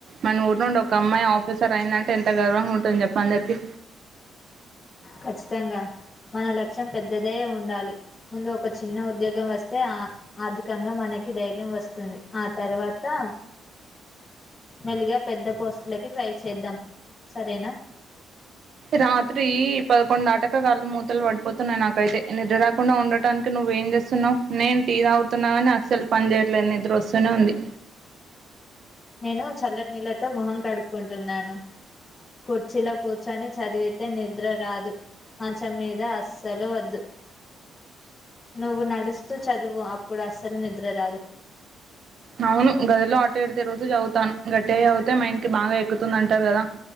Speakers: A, on the right; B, on the left.
A: మన ఊరి నుండి ఒక అమ్మాయి ఆఫీసర్ అయిందంటే ఎంత గర్వంగా ఉంటుంది చెప్ప అందరికి
B: ఖచ్చితంగా మన లక్ష్యం పెద్దదే ఉండాలి ముందు ఒక చిన్న ఉద్యోగం వస్త అయితే ఆ ఆర్థికంగా మనకి ధైర్యం వస్తుంది ఆ తర్వాత వాతా మేళ్ళీగా పెద్ద పోస్ట్లకి ట్రై చేద్దాం సరేనా
A: రాత్రి పదకొండు దాటకా కళ్ళు మూతలు పడిపోతున్నయి నాకైతే నిద్ర రాకుండా ఉండటానికి నువ్ ఏం చేస్తున్నావ్ నేను టీ తాగుతున్నా కాని అస్సలు పని చేయట్లేదు నిద్ర వస్తూనే ఉంది
B: నేను చల్లటి నీళ్ళైతే మొహం కడుగు కుంటున్నాను కుర్చీలో కూర్చొని చదివితే నిద్రరాదు మంచం మీద అస్సలు వద్దు నువ్వు నడుస్తూ చదువు అప్పుడు అస్సలు నిద్ర రాదు
A: అవును గదిలో అటు ఇటు తిరుగుతూ చదువుతాను గట్టిగ చదువుతే మైండ్ కి బాగా ఎక్కుతుంది అంట కదా